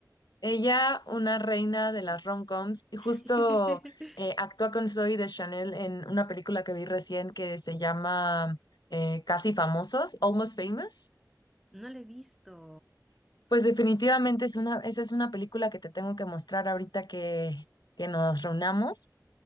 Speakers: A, on the left (about 70°); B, in the centre.
A: Ella, una
B: ¿Qué
A: reina
B: te-
A: de las
B: Sí.
A: rom-coms, y justo
B: <laughs>
A: eh, actúa con Zoe de Chanel en una película que vi recién que se llama eh, Casi Famosos, Almost Famous.
B: No la he visto.
A: Pues definitivamente es una, esa es una película que te tengo que mostrar ahorita que, que nos reunamos.